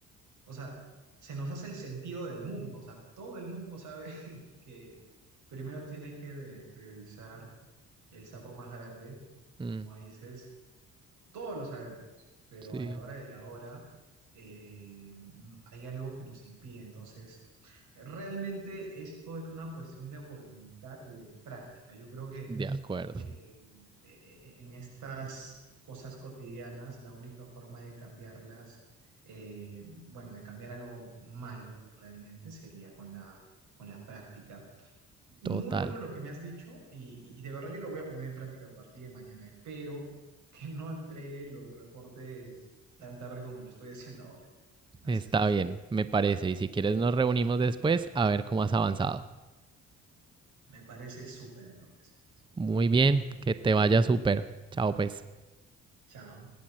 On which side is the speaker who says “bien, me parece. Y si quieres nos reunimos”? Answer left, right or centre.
Right